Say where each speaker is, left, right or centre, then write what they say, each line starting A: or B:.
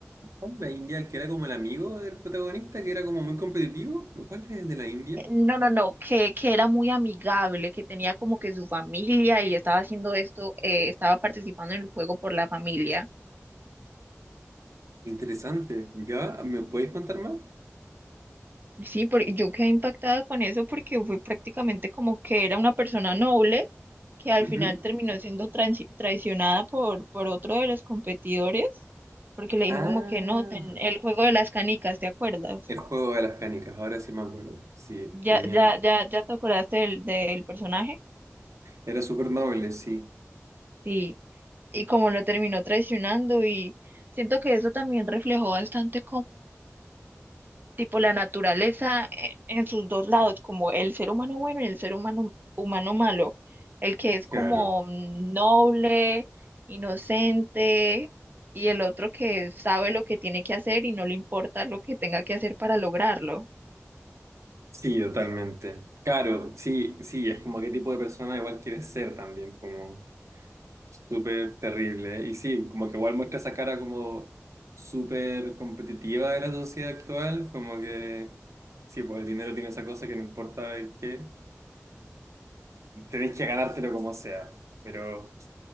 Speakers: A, on the right (about 85°); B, on the right (about 40°).
A: ¿Cuál es La India, el que era como el amigo del protagonista, que era como muy competitivo. ¿Cuál es el de la India?
B: Eh, No, no, no, que, que era muy amigable, que tenía como que su familia y estaba haciendo esto, eh, estaba participando en el juego por la familia.
A: Interesante. ¿Ya? ¿Me puedes contar más?
B: Sí, porque yo quedé impactada con eso porque fue prácticamente como que era una persona noble que al
A: Ujú.
B: final terminó siendo transi- traicionada por, por otro de los competidores porque le dijo
A: Ah,
B: como que no, ten- el juego de las canicas, ¿te acuerdas?
A: el juego de las canicas, ahora sí me acuerdo. Sí,
B: ¿Ya,
A: tenía.
B: ya, ya, ya te acordaste del, del personaje?
A: Era súper noble, sí.
B: Sí. Y como lo terminó traicionando y siento que eso también reflejó bastante tipo la naturaleza eh, en sus dos lados, como el ser humano bueno y el ser humano, humano malo, el que es
A: Claro.
B: como mm, noble, inocente, y el otro que sabe lo que tiene que hacer y no le importa lo que tenga que hacer para lograrlo.
A: Sí, totalmente. Claro, sí, sí, es como qué tipo de persona igual quieres ser también, como. Súper terrible. ¿eh? Y sí, como que igual muestra esa cara como súper competitiva de la sociedad actual, como que sí, pues el dinero tiene esa cosa que no importa el qué, tenés que ganártelo como sea, pero